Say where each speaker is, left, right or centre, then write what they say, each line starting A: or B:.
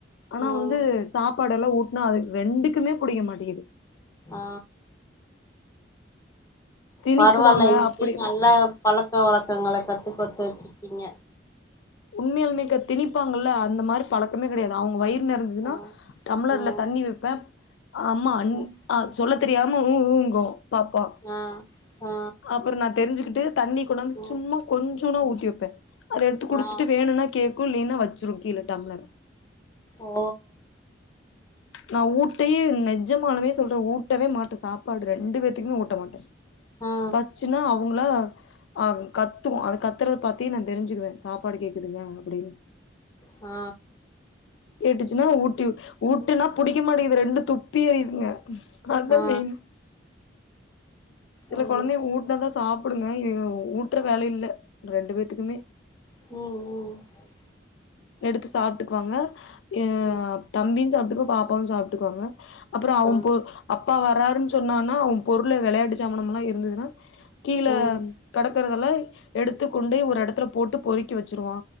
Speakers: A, on the left (about 80°); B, on the left (about 20°).
A: ஆனா
B: ம்
A: வந்து சாப்பாடு எல்லா ஊட்னா அ ரெண்டுக்குமே புடிக்க மாட்டிகிது
B: ஆ
A: திணிக்குவாங்க
B: பரவால இப்பே
A: அப்டி
B: நல்லா பழக்க வழக்கங்கள கத்து கொட்த்து வெச்சிர்க்கீங்க
A: உண்மையாலுமேகா திணிப்பாங்கள்ள அந்த மாரி பழக்கமே கெடையாது அவுங்க வயிறு நெரஞ்சுதுன்னா
B: ஆ
A: டம்ப்ளர்ல
B: ம்
A: தண்ணி வெப்பே அம்மா அண்
B: ம்
A: அ சொல்ல தெரியாம உ ஊங்கோ பாப்பா
B: ஆ ஆ
A: அப்புறோ நா தெரிஞ்சுக்கிட்டு தண்ணி கொண்டாந்து
B: ம்
A: சும்மா கொஞ் சுனா ஊத்தி வெப்பே அத எடுத்து குடிச்சுட்டு
B: ஆ
A: வேணுனா கேக்கு இல்லைன்னா வச்சிரு கீழ டம்ளர
B: ஓ
A: நா ஊட்டையே நெஜமாலுமே சொல்றே ஊட்டவே மாட்டே சாப்பாடு ரெண்டு பேத்துக்குமே ஊட்ட மாட்டே
B: ஆ
A: பசிச்சின்னா அவுங்களா அதுங் கத்துவா அது கத்துறத பாத்தே நா தெரிஞ்சுக்குவே சாப்பாடு கேக்குதுங்க அப்படினு
B: ஆ
A: கேட்டுச்சின்னா ஊட்டி ஊட்டுனா புடிக்க மாட்டிகிது ரெண்டு துப்பி எரியுதுங்க அதுதா
B: ஆ ஆ
A: மெயின் சில
B: ஐயோ
A: கொழந்தை ஊட்னாதா சாப் புடுங்க இது ஊட்டுற வேல இல்ல ரெண்டு பேத்துக்குமே
B: ம் ம்
A: எடுத்து சாப்பிட்டுக்குவாங்க அ
B: ம்
A: தம்பியு சாப்ட்டுக்குவு பாப்பாவு சாப்ட்டுக்குவாங்க அப்புறோ அவன்
B: ம்
A: பொ அப்பா வராருன் சொன்னான்னா அவன் பொருள வெளையாட்டு சாமணமல்லா இருந்ததுனா கீழ
B: ஆ ம்
A: கடக்கறதெல்லா எடுத்து கொண்டு ஒரு எடத்துல போட்டு பொறுக்கி வெச்சிருவா